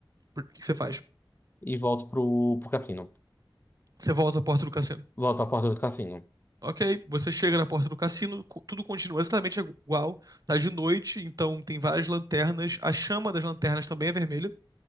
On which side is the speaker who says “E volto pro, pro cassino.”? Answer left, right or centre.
Left